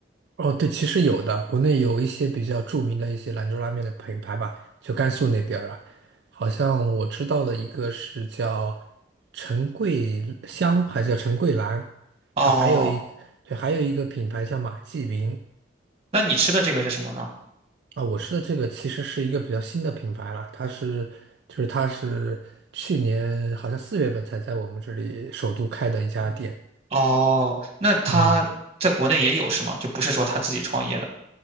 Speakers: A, on the right; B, on the right.
A: 哦，对，其实有的，国内有一些比较著名的一些兰州拉面的品牌吧，就甘肃那边儿啊，好像我知道的一个是叫陈桂香，还是叫陈桂兰，
B: 哦，
A: 然后还有一对，还有一个品牌叫马记云
B: 那你吃的这个是什么呢？
A: 啊。我吃的这个其实是一个比较新的品牌了，它是就是它是去年好像四月份才在我们这里首都开的一家店，
B: 哦，那他在国内也有是吗？
A: 嗯。
B: 就不是说他自己创业的。